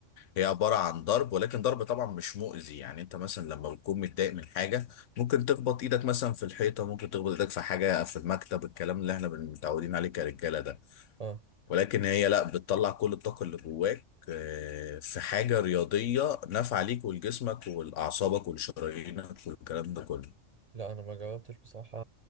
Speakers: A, on the left; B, on the right.
A: هي عبارة عن ضرب ولكن ضرب طبعا مش مؤذي يعني أنت مثلا لما بتكون متضايق من حاجة ممكن تخبط إيدك مثلا في الحيطة ممكن تخبط إيدك في حاجة في المكتب الكلام اللي إحنا متعودين عليه كرجالة ده
B: اه
A: ولكن هي لا بتطلع كل الطاقة اللي جواك آه، في حاجة رياضية نافعة ليك ولجسمك ولأعصابك ولشرايينك والكلام ده كله
B: لا انا ما جربتش بصراحة